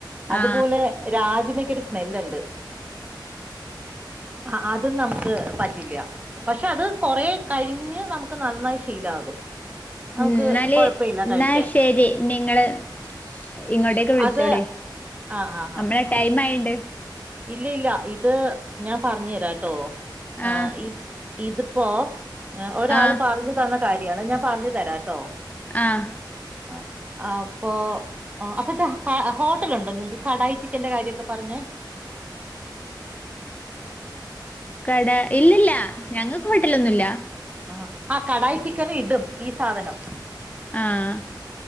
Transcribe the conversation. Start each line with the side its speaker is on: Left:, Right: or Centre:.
Right: അതുപോലെ.
Left: ആ
Right: രാജമക്കൊരു സ്മെല്ല്ണ്ട്. അഹ് അത് നമ്ക്ക് പറ്റില്ല്യ പക്ഷേ അത് കൊറെ കഴിഞ്ഞ് നമുക്ക് നന്നായി ശീലാകും. നമുക്ക്
Left: ന്നാല്
Right: കൊഴപ്പമില്ല കഴിക്കാൻ
Left: ന്നാ ശെരി ഞ്ഞി ങ്ങള്. ഇങ്ങോട്ടേക്ക് വിളിച്ചോളിം
Right: അത് ആഹ് ആഹ്
Left: അമ്മളെ
Right: ആഹ് ആഹ്
Left: ടൈമ് ആയ്ണ്ട്.
Right: ഇല്ല ഇല്ല ഇത് ഞാ പറഞ്ഞെരാട്ടോ ആഹ്
Left: ആ
Right: ഇ ഇത്പ്പോ ഒരാള്
Left: ആ
Right: പറഞ്ഞു തന്ന കാര്യാണ്. ഞാൻ പറഞ്ഞു തരാട്ടോ.
Left: ആഹ്
Right: ആഹ് അപ്പോ ആഹ് അപ്പോന്താ ക ഹോട്ടലുണ്ടോ നിങ്ങക്ക് കടായി ചിക്കന്റെ കാര്യൊക്കെ പറഞ്ഞെ?
Left: കടാ ഇല്ലില്ല ഞങ്ങക്ക് ഹോട്ടലൊന്നുല്ല
Right: ആഹ ആഹ് കടായി ചിക്കന് ഇടും ഈ സാധനം
Left: ആഹ്